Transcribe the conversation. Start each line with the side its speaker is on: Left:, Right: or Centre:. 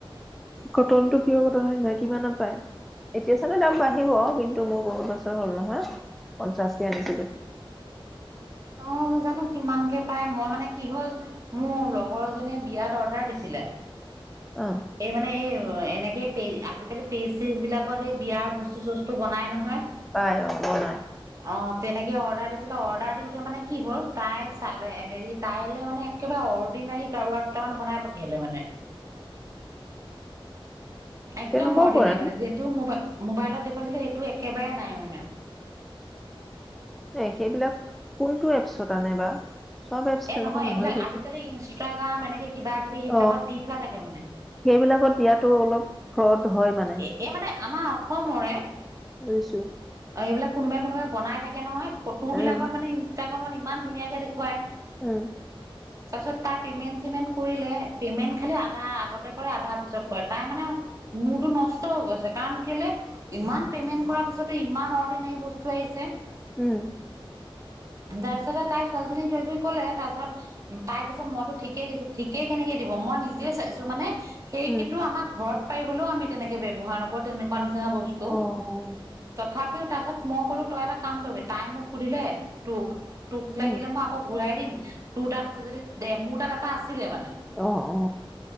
Centre: কটনটো পিয়ৰ কটন হয় নহয় কিমানত পায়? এতিয়া চাগে দাম বাঢ়িব, কিন্তু মোৰ বহুত বছৰ হল নহয় পঞ্চাশকে আনিছিলো।
Right: অঁ জানো কিমানকে পাই মই মানে কি হ'ল মোৰ ল গৰ জনে বিয়াত অৰ্ডাৰ দিছিলে।
Centre: অ
Right: এই মানে এই এনেকে পে আজিকালি পেষ্টিজ বিলাকত এই বিয়াৰ বস্তু চস্তু বনাই নহয়।
Centre: পায় অঁ বনাই।
Right: অঁ তেনেকে অৰ্ডাৰ দিখিলে অৰ্ডাৰ দিওঁ যে মানে কি হ'ল তাই চালে হেৰি তাইলে মানে একেবাৰে অৰ্ডিনাৰী গাৰোৱাৰ দুটামান বনাই পঠিয়ালে মানে।
Centre: <inaudible>
Right: একদম
Centre: তেনেকুৱাও
Right: অৰ্ডিনেৰী
Centre: কৰে ন
Right: মানে যো টো মোবাই মোবাইলত দেখুৱাইছিলে সেইটো একেবাৰে নাই মানে।
Centre: এ সেইবিলাক কোনটো এপচত আনে বা। চব এপছ
Right: এ
Centre: তেনেকুৱা
Right: নহয় এইবিলাক
Centre: কিন্তু
Right: আজিকালি ইনষ্টাগ্ৰাম এনেকে কিবা কিবি সেইবিলাকত
Centre: অ
Right: দি থোৱা থাকে মানে।
Centre: সেইবিলাকত দিয়াতো অলপ ফ্ৰড হয় মানে।
Right: এ এ মানে আমাৰ অসমৰে।
Centre: বুজিছো।
Right: অ এইবিলাক কোনোবাই কোনোবাই বনাই থাকে নহয় ফটো
Centre: উম
Right: বিলাকত মানে ইনষ্টাগ্ৰামত ইমান ধুনীয়াকে দেখুৱায়।
Centre: উম।
Right: তাৰ পিছত তাই পেমেণ্ট চেমেণ্ট কৰিলে, পেমেণ্ট খালি আধা আগতে কৰে আধা পিছত কৰে তাই মানে মূৰটো নষ্ট হৈ গৈছে, কাৰণ কেলে ইমান পেমেন্ট কৰাৰ পিছতো ইমান অৰ্ডিনেৰী বস্তু আহিছে।
Centre: উম।
Right: তাৰ পিছতে তাই ছোৱালীজনীক কিবাকিবি কলে, তাৰ পিছত তাই কৈছে মইতো ঠিকেই দিছো, ঠিকেই কেনেকে দিব মই নিজে চাইছো মানে সেইকিতো
Centre: উম
Right: আমাৰ ঘৰত পাৰিবলৈও আমি তেনেকে ব্যৱহাৰ নকৰো তেনে -কুৱা নিচিনা বস্তু,
Centre: অ অ
Right: তথাপিও তাৰপাছত মই কলো তই এটা কাম কৰিবি, তাই মোক সুধিলে তোক তোক
Centre: উম
Right: লাগিলে মই আকৌ ঘূৰাই দিম, তোৰ তাত আছে যদি দে মোৰ তাত এটা আছিলে মানে।
Centre: অঁ অ।